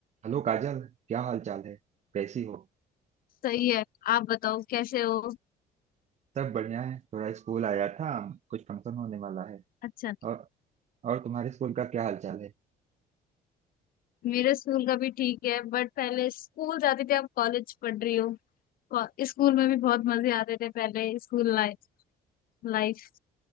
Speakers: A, on the right; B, on the left.
A: Hello Kajal क्या हाल चाल है कैसी हो
B: सही है आप बताओ कैसे हो
A: सब बढ़िया है थोड़ा स्कूल आया था कुछ फंक्शन होने वाला है
B: अच्छा
A: और और तुम्हारे स्कूल का क्या हाल चाल है
B: मेरे स्कूल का भी ठीक है बट पहले स्कूल जाते थे अब कॉलेज पढ़ रही हो को- स्कूल में भी बहुत मजे आते थे पहले स्कूल लाइफ लाइफ